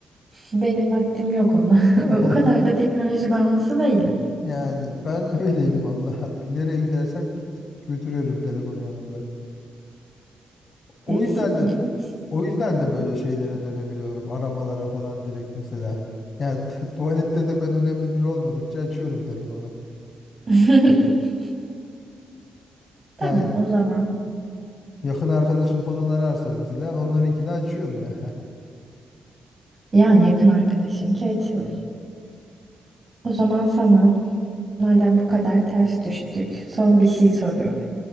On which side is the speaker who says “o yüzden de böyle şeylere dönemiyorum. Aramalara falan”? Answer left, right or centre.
Left